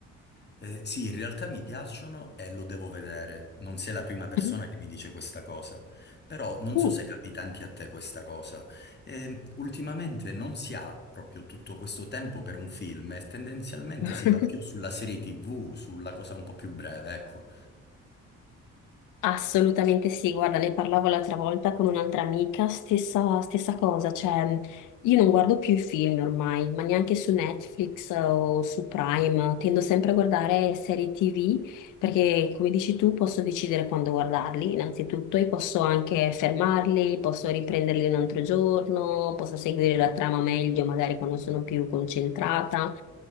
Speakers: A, on the left; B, on the left.
A: Eh, sì, in realtà mi piacciono e lo devo vedere. Non sei la prima persona
B: Mhm.
A: che mi dice questa cosa, però non
B: Mm.
A: so se capita anche a te questa cosa. Eh, ultimamente non si ha proprio tutto questo tempo per un film e tendenzialmente
B: Mm.
A: si va più sulla serie TV, sulla cosa un po' più breve, ecco.
B: Assolutamente sì, guarda, ne parlavo l'altra volta con un'altra amica, stessa, stessa cosa, cioè io non guardo più i film ormai, ma neanche su Netflix eh, o su Prime, tendo sempre a guardare serie TV perché come dici tu posso decidere quando guardarli innanzitutto e posso anche fermarli, posso riprenderli un altro giorno, posso seguire la trama meglio magari quando sono più concentrata.